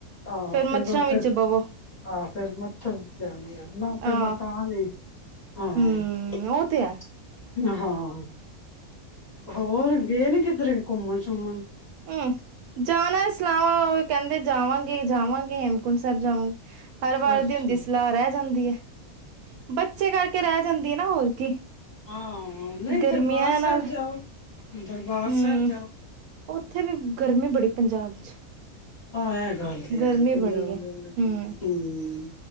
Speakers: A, on the left; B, on the right.
A: ਆਹੋ
B: ਮੱਛਰਾਂ
A: ਫੇਰ ਉੱਥੇ
B: ਵਿੱਚ ਬਵੋ
A: ਆਹ ਫੇਰ ਮੱਛਰ ਜਾ ਨਾ ਫੇਰ
B: ਆਹ
A: ਮੈ ਤਾ ਗਈ। ਹਾਂ।
B: ਹੂੰ
A: <unintelligible>
B: ਉਹ ਤੇ ਹੈ
A: <inaudible> ਹਾਂ ਹੋਰ ਗਏ ਨੀ ਕਿਧਰੇ। ਘੁੰਮਣ ਸ਼ੁਮਣ।
B: <unintelligible> ਜਾਨਾ ਏ। ਸਲਾਵਾਂ ਉਹ ਕਹਿੰਦੇ ਜਾਵਾਂਗੇ, ਜਾਵਾਂਗੇ ਹੇਮਕੁੰਟ ਸਾਹਿਬ ਜਾਵਾਂਗੇ। ਹਰ ਵਾਰ
A: ਅੱਛਾ
B: ਦੀ ਹੁੰਦੀ ਸਲਾਹ, ਰਹਿ ਜਾਂਦੀ ਏ। ਬੱਚੇ ਕਰਕੇ ਰਹਿ ਜਾਂਦੀ ਏ। ਨਾ ਹੋਰ ਕੀ।
A: ਹਾਂ। ਨਹੀਂ
B: ਗਰਮੀਆਂ
A: ਦਰਬਾਰ ਸਾਹਿਬ
B: ਨਾਲ,
A: ਜਾਓ ਦਰਬਾਰ
B: ਹੁੰ,
A: ਸਾਹਿਬ ਜਾਓ
B: ਉੱਥੇ ਵੀ ਗਰਮੀ ਬੜੀ ਪੰਜਾਬ ਚ।
A: ਆਹ ਇਹ ਗੱਲ ਤੇ ਏ
B: ਗਰਮੀ
A: ਪੰਜਾਬ
B: ਬੜੀ
A: <unintelligible>
B: ਹੈ ਹਮ
A: ਹੁੰ,